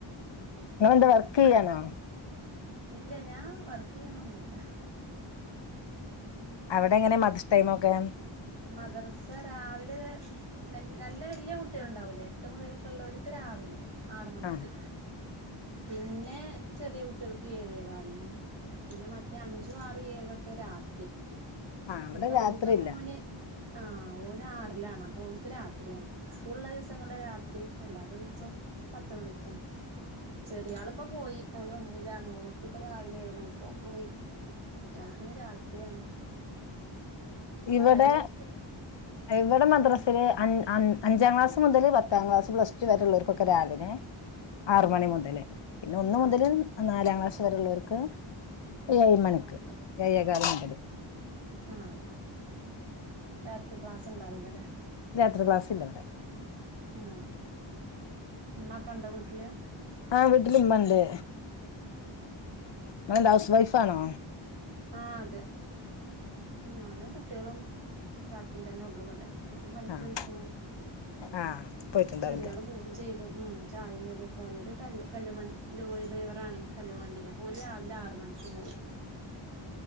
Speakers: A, on the left; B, on the right.
A: നിങ്ങളെന്താ വർക്ക് യ്യാനോ?
B: ഇല്ല ഞാൻ വർക്ക് യ്യണൊന്നുല്ല
A: അവടെ എങ്ങനെ മദ്ഷ്ടൈമൊക്കെ?
B: മദർസ രാവിലെ നല്ല വല്യ കുട്ടികളൾ ഉണ്ടാവ്ലേ എട്ട് മുതലൊക്കെ ഉള്ളവർക്ക് രാവിലെയ ആറ് മണിക്ക്
A: ആഹ്
B: പിന്നെ ചെറിയ കുട്ടികൾക്ക് ഏഴേ കാലിനും പിന്നെ മറ്റേ അഞ്ചു ആറും ഏഴോ ഒക്കെ രാത്രിയാ
A: ആഹ്
B: ഇവിടുത്തെ
A: അവിടെ രാത്രിയില്ല
B: മൂത്ത മോന് ആ ഓന് ആറിലാണ് അപ്പൊ ഓൻ ക്ക് രാത്രിയാണ് സ്കൂളള്ള ദിവസങ്ങളു രാത്രി അല്ലാത്ത ദിവസം പത്ത് മണിക്കും ചെറിയളിപ്പ പോയി ഓന് ഒന്നിലാണ് ഓനക്ക്പ്പ രാവിലെ ഏഴ മണിക്ക പോയി മറ്റൾ പിന്ന രാത്രിയാണ് ചായ
A: ഇവിടെ
B: കുടിയൊക്കെ
A: ഇവിടെ മദ്രസില്
B: ഉം
A: അൻ അൻ അഞ്ചാം ക്ലാസ് മുതൽ പത്താം ക്ലാസ് പ്ലസ്ടു വര ഉുള്ളവർക്കൊക്കെ രാവിലെ ആറ്
B: ആഹ്
A: മണി മുതല് പിന്നെ ഒന്ന മുതല്
B: ആഹ്
A: നാലാം ക്ലാസ് രള്ളോർക്ക് ഏഴ് മണിക്ക്
B: രാവിലെ
A: ഏഴെകാലണ്ടത്
B: ആ രാത്രി ക്ലാസ്സ് ഉണ്ടാവൂലല്ലേ
A: രാത്രി ക്ലാസ്സില്ല
B: ഉം ഉമ്മക്കെണ്ട വീട്ടില്
A: ആ വീട്ടിലിമ്മണ്ടേ
B: ഉം
A: നിങ്ങളെന്ത ഹൗസ് വൈഫാണോ
B: ആ അതെ ഞാനും കുട്ടികളും കാക്കയും തന്നെ ഉള്ളു ഇവിടെ ഒരു മണിക്ക്
A: ആഹ്
B: കഴിക്കണോ
A: ആഹ് പോയിട്ടുണ്ടാവുംല്ലേ
B: ചെറിയള് പോവും ചെയ്തു ഉം ചായും കടിയൊക്കെ ആയി ഒരു കല്ല് കല്ലണ്ടി ലോറി ഡ്രൈവറ ആണേ കല്ലുംവണ്ടിയില് അപ്പ ഓര് രാവിലെ ആറ് മണിക്ക് പോവും